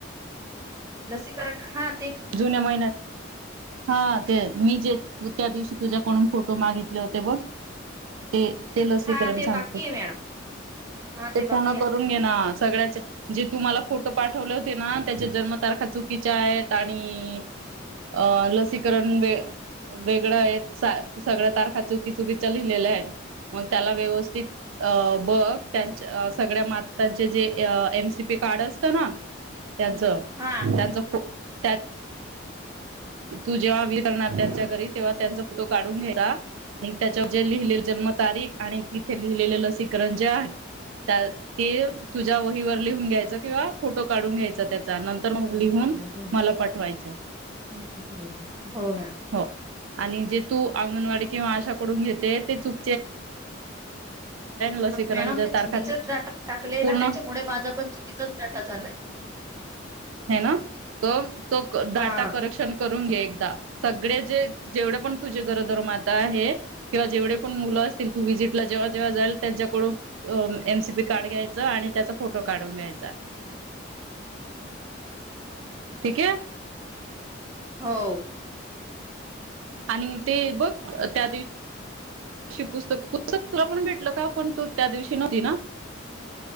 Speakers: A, on the right; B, on the right.
A: लसीकरण हात
B: जुन्या महिन्यात हा ते मी जे त त्या दिवशी तुझ्या कोून फोटो मागितले होते बघ ते. ते लसीकरण
A: हा ते
B: सांगते
A: बाकी आहे मॅडम हा
B: ते पूर्ण
A: बाकी आहे.
B: करून घेना. सगळ्याचे जे तुम्हाला फोटो पाठवले होते ना त्याच्या जन्मतारखा चुकीच्या आहेत. आणि अ लसीकरण व वेगळं आहेत सगळ्या तारखा चुकी चुकीच्या लिहिलेल्या आहेत मग त्याला व्यवस्थित अ बघ त्यांच्या सगळ्या मात्यांचे जे एमसीपी कार्ड असतं ना. त्यांचं
A: हा
B: त्यांचं खूप ह. तू जेव्हा विरणार त्यांच्या घरी तेव्हा त्यांचा फोटो काढून घेता आणि त्याच्या जे लिहिलेले जन्मतारीख आणि तिथे लिहिलेले लसीकरण जे आहे त्या ते तुझ्या वहीवर लिहून घ्यायचं किंवा फोटो काढून घ्यायचा
A: हा.
B: त्याचा नंतर मग लिहून मला पाठवायचं.
A: हो मॅडम
B: हो आणि जे तू अंगणवाडी किंवा आशाकडून घेत. ते चुक लसीकरणच्या
A: मॅडम ते
B: तारखा
A: चुकीचाच डाटा टाकलेय
B: पूर्ण
A: ना त्याच्यामुळे माझा पण चुकीचाच डाटा झालाय.
B: ह ना त तो
A: हा
B: डाटा करेक्शन करून घे एकदा सगळे जे जेवढे पण तुझे घरोदर माता आहे किंवा जेवढे पण मुलं असतील तू विजिट ला जेव्हा जेव्हा जाईल त्यांच्याकडून अ एमसीपी कार्ड घ्यायच आणि त्याचा फोटो काढून घ्यायचा. ठीक आहे.
A: हो.
B: आणि ते बघ त्या दिवशी पुस्तक पुस्तकला पण भेटल का पण तू त्या दिवशी नव्हती ना.